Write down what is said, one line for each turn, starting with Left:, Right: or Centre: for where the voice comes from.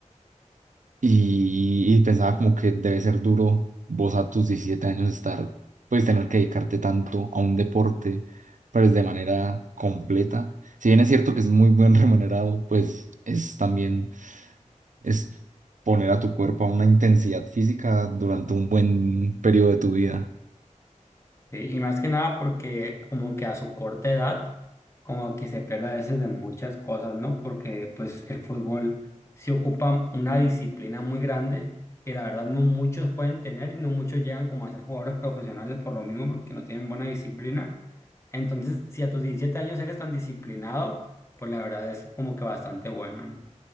Right: y, y pensaba como que debe ser duro vos a tus 17 años estar, pues tener que dedicarte tanto a un deporte, pues de manera completa. Si bien es cierto que es muy buen <laughs> remunerado, pues es también es poner a tu cuerpo a una intensidad física durante un buen periodo de tu vida.
Left: Sí, y más que nada porque como que a su corta edad, como que se pierde a veces de muchas cosas, ¿no? Porque pues el fútbol sí ocupa una disciplina muy grande que la verdad no muchos pueden tener y no muchos llegan como a ser jugadores profesionales por lo mismo porque no tienen buena disciplina. Entonces, si a tus 17 años eres tan disciplinado, pues la verdad es como que bastante bueno, ¿no?